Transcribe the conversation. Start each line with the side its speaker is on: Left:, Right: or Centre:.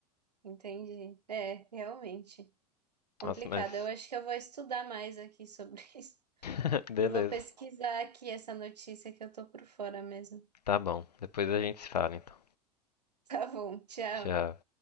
Right: entendi. É, realmente. Complicado.
Left: Nossa, mas.
Right: Eu acho que eu vou estudar mais aqui sobre <laughs> isso.
Left: <laughs> Beleza,
Right: Eu vou pesquisar aqui essa notícia que eu tô por fora mesmo.
Left: tá bom. Depois a gente se fala, então.
Right: Tá bom, tchau.
Left: Já